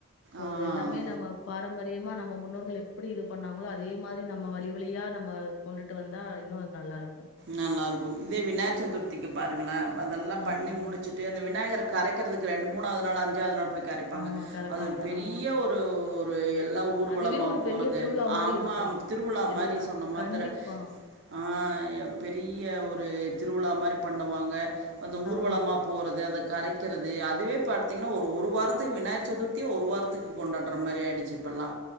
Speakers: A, on the left; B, on the right.
A: இப்போ
B: ஆ
A: அதெல்லாமே நம்ம பாரம்ப ரியமா நம்ம முன்னோர்கள் எப்டி இது பண்ணாங்களோ அதே மாரி நம்ம வழி வழியா நம்ம கொண்டுட்டு வந்தா இன்னு நல்லா இருக்கு
B: நல்லா இருக்கு இதே விநாயகர் சதுர்த்திக்கு பாருங்களா அதெல்லா
A: ஆமா,
B: பண்ணி முடிச்சுட்டு அந்த விநாயகர கரைக்கறதுக்கு ரெண்டு மூணாவது நாள் அஞ்சாவது நாள் போய் கரைப்பாங்க
A: ஆமா கரப்பாங்க.
B: அது ஒரு பெரிய
A: ஆ
B: ஒரு ரு எல் எல்லா ஊர்வலமா
A: அதுவே ஒரு
B: போறது
A: பெரிய திருவிழா மாரி
B: ஆமா
A: இருக்கும்.
B: திருவிழா
A: எல்லாம்
B: மாரி சொன்ன மதுர
A: கண்டிப்பா.
B: ஆ பெரிய ஒரு திருவிழா மாரி பண்ணுவாங்க அந்த ஊர்வலமா
A: ஆமா,
B: போறது அத கரைக்கிறது அதுவே பாத்தீங்கனா ஒரு ஒரு வாரத்துக்கு விநாயகர் சதுர்த்தியே ஒரு வாரத்துக்கு கொண்டாடுற மாரி ஆயிடுச்சு இப்பல்லா